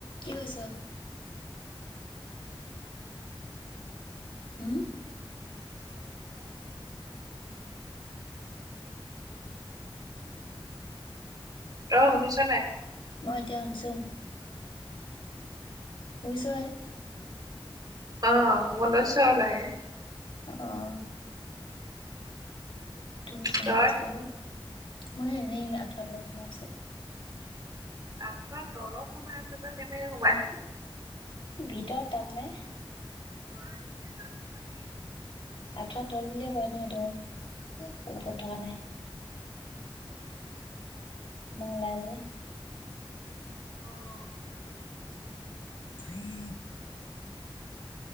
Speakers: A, on the left (about 70°); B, on the right (about 45°).
A: কি কৰিছ? উম!
B: <inaudible> অ, শুনিছা নাই?
A: মই এতিয়া শুনিচুং। শুইছই
B: অ, শুব লৈছোঁ আৰু লাহেকে।
A: অঁ! উথনি ফোন
B: তই?
A: কৰিছিলোঁ ক! মই এনেই আঁঠুৱা তলত সোমাই আছোঁ।
B: আঠুৱা তলত সোমাই আছ? তই কেনেকে সোমাই
A: ভিতৰত তাৰ মানে।
B: অ,
A: আঠুৱা তল বুলিয়ে কয় নহ এইটো, ওপৰত থকা নাই। ম'হ ওলাই যে।
B: অঁ!
A: <unintelligible>